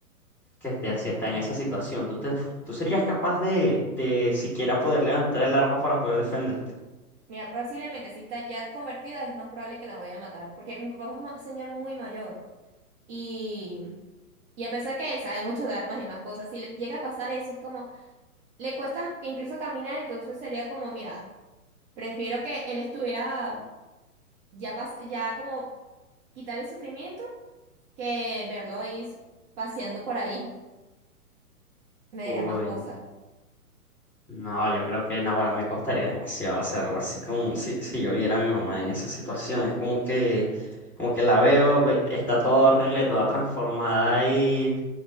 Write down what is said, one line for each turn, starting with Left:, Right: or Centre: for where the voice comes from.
Centre: que esté
Right: Ay,
Centre: así,
Right: no.
Centre: está en esa situación. ¿Tú te, tú serías capaz de, de siquiera poder levantar el arma para poder defenderte?
Right: Mira, posiblemente si está ya convertida es más probable que la vaya a matar, porque mi papá es un ma- señor muy mayor, y... Y a pesar que él sabe mucho de armas y más cosas, si le llega a pasar eso, es como, Le cuesta que incluso caminar, entonces sería como, mira, prefiero que él estuviera ya, pas- ya como quitarle el sufrimiento que verlo ahí s- paseando por ahí. Me
Centre: Uy,
Right: dirá más cosas.
Centre: no, yo creo que ahora me costaría demasiado hacer algo así con si, si yo viera a mi mamá en esa situación. Es como que, como que la veo, ve- está toda horrible, toda transformada ahí,